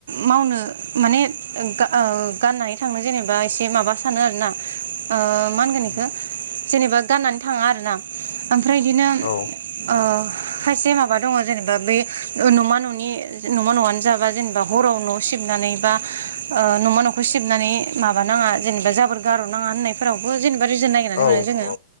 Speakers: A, on the right; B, on the left.
A: मावनो माने ओ आ गाननाय थांनो जेनेबा एसे माबा सानो आरोना ओ मा होनगोन
B: उम
A: इखो जेनेबा गाननानै थाङा आरोना। ओमफ्राय बिदिनो
B: औ
A: ओ खायसे माबा दङ जेनेबा बै न'मा न'नि न'मा न'आनो जाबा जेनेबा हराव न' सिबनानै बा ओ न'मा न'खौ सि बनानै माबा नाङा जेनेबा जाबोर गार'नाङा होननायफोरावबो जेनेबा जेबो रिजोन नागिरनानै
B: औ
A: मोना जोङो
B: औ